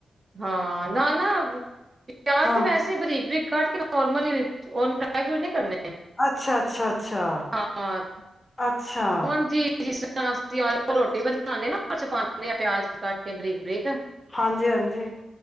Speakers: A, on the right (about 30°); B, on the left (about 20°).
A: ਹਾਂ ਨਾ ਨਾ ਪਿਆਜ਼
B: ਹਾਂ
A: ਤੇ ਵੈਸੇ ਬਰੀਕ ਬਰੀ ਕਡ ਕੇ ਨੋਰਮਲੀ ਦ੍ਰੀ ਫਰੂਟ ਨਹੀਂ ਕਰਨੇ
B: ਅੱਛਾ ਅੱਛਾ ਅੱਛਾ
A: ਹਾਂ
B: ਅੱਛਾ।
A: ਉਂਜ ਹੀ ਸੀ ਰੋਟੀ ਬਣਾਉਂਦੇ ਨਾ ਚ ਪਾ ਆ ਪਿਆਜ ਕੱਟ ਕੇ ਬਰੀਕ ਬਰੀਕ
B: ਹਾਂਜੀ ਹਾਂਜੀ।